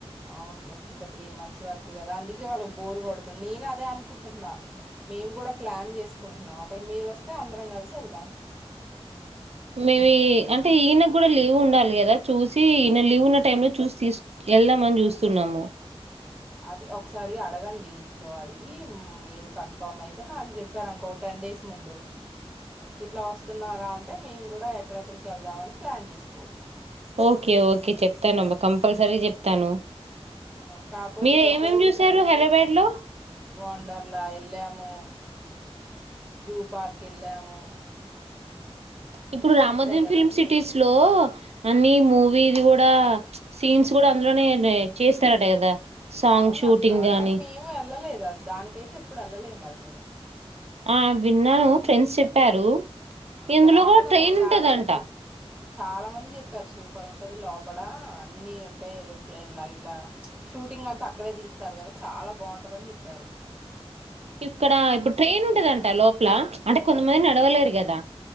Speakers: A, on the right; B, on the right.
A: అవునులే ఇంకా త్రీ మంత్స్ వరకు కదా అందుకే వాళ్ళకి బోర్ కొడుతుంది. నేను అదే అనుకుంటున్నా మేము కూడా ప్లాన్ చేసుకుంటున్నాం ఒకళ మీరు వస్తే అందరం కలిసి వెళ్దాం.
B: మేమి అంటే ఈయనకు కూడా లీవ్ ఉండాలి కదా చూసి ఈయన లీవ్ ఉన్న టైం లో చూసి తీ వెళ్దామని చూస్తున్నాము.
A: అది ఒకసారి అడగండి. ఇంట్లో అడిగి మీరు కన్ఫామ్ అయితే నాకు చెప్పారుంకో టెన్ డేస్ ముందు ఇట్లా వస్తున్నారా అంటే మేము కూడా ఎక్కడెక్కడికి వెళ్దామని ప్లాన్ చేసుకోవచ్చు.
B: ఓకే ఓకే చెప్తానుమ్బ కంపల్సరీ చెప్తాను.
A: ఆ కాపోతే
B: మీరు
A: ఇక్కడ
B: ఏమేమి
A: పొల్యూషన్
B: చూసారు హైదరాబాద్ లో
A: వండర్లా వెళ్ళాము. జూ పార్క్ ఎళ్ళాము.
B: ఇప్పుడు రామోజీ
A: కదా
B: ఫిల్మ్ సిటీస్. స్లో అన్ని మూవీది కూడా సీన్స్ కూడా అందులోనే చేస్తారట కదా. సాంగ్
A: అవునక్క
B: షూటింగ్ గాని
A: కానీ మేము వెళ్ళలేదు. దానికైతే ఎప్పుడు వెళ్ళలే మరి మేము.
B: ఆ విన్నాను ఫ్రెండ్స్ చెప్పారు.
A: ఆ
B: ఇందులో
A: బాగుంటదంట
B: కూడా ట్రైన్
A: చాలా
B: ఉంటదంట
A: మంది చాలా మంది చెప్పారు. సూపర్ ఉంటది లోపడ అన్ని ఉంటాయి ఏరోప్లేన్ లా ఇట్లా షూటింగ్ అంతా అక్కడే తీస్తారు కదా చాలా బాగుంటది అని చెప్పారు.
B: ఇక్కడ ఇప్పుడు ట్రైన్ ఉంటదంట లోపల అంటే కొంతమంది నడవలేరు కదా